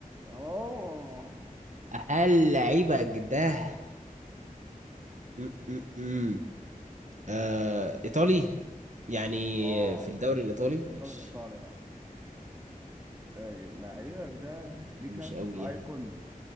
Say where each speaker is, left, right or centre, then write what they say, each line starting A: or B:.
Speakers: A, on the right (about 20°); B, on the right (about 55°).
A: اه
B: هل لعيبك ده م -م -م. آه ايطالي يعني
A: اه
B: في الدوري الايطالي
A: الدوري
B: ماشي
A: الايطالي اه طيب مم. لعيبك ده ليه
B: مش
A: كارت
B: قوي
A: في الايكون
B: يعني